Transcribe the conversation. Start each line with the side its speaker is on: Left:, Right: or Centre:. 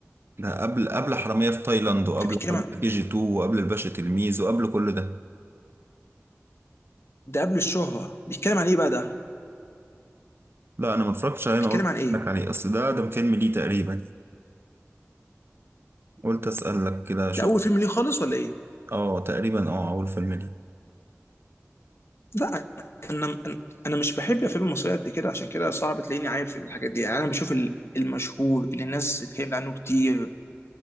Right: ده قبل قبل حرامية في تايلاند وقبل
Left: ده بيتكلم
Right: حرامية
Left: عن
Right: في كي جي 2 وقبل الباشا تلميذ وقبل كل ده
Left: ده قبل الشهره بيتكلم عن ايه بقى ده
Right: لا انا ما اتفرجتش عليه انا
Left: بيتكلم
Right: قلت
Left: عن ايه
Right: لك عليه اصل ده ده فيلم ليه تقريبا يعني قلت اسالك كده اشوف
Left: ده اول فيلم ليه خالص ولا ايه
Right: اه تقريبا اه اول فيلم ليه
Left: لا انا انا مش بحب الافلام المصريه قد كده عشان كده صعب تلاقيني عارف الحاجات دي يعني انا بشوف ال- المشهور اللي الناس اتكلمت عنه كتير